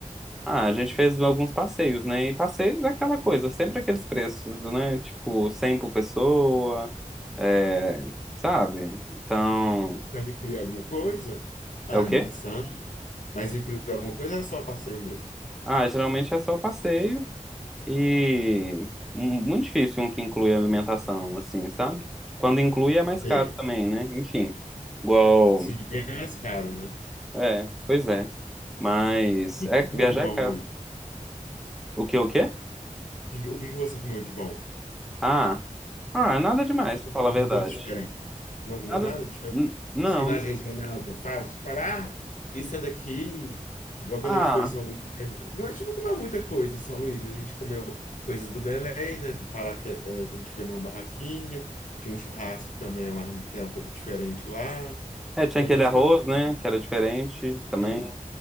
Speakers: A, in the centre; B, on the left (about 65°).
A: Ah, a gente fez alguns passeios, né? E passeios é aquela coisa, sempre aqueles preços, né? Tipo, 100 por pessoa, é, sabe? Então.
B: Mas incluir alguma coisa? A
A: É o
B: alimentação?
A: quê?
B: Mas incluir alguma coisa ou era só o passeio mesmo?
A: Ah, geralmente é só passeio e mu- muito difícil um que inclui alimentação, assim, sabe? Quando inclui é mais caro
B: Sim,
A: também, né? Enfim, igual.
B: Sim, bem mais caro, né?
A: É, pois é. Mas
B: O que
A: é
B: você
A: que
B: comeu
A: viajar
B: de bom
A: é caro.
B: aí?
A: O que, o quê?
B: Que- O que que você comeu de bom?
A: Ah, ah, nada demais, pra falar
B: Alguma
A: a verdade.
B: coisa diferente? Não comeu
A: Nada.
B: nada diferente?
A: N- Não.
B: Sim, mais regional, que eu falo, tipo, falar, ah, isso é daqui. Igual quando
A: Ah,
B: a gente foi em São Luís. Não, a gente não comeu muita coisa em São Luís, mas a gente comeu coisas do Belém, né? do Pará, que, é, que a gente foi numa barraquinha. Tinha um churrasco também, uma- que era um pouco diferente lá.
A: é, tinha
B: Tinha
A: aquele
B: algumas
A: arroz,
B: coisas
A: né? Que era diferente também.
B: assim,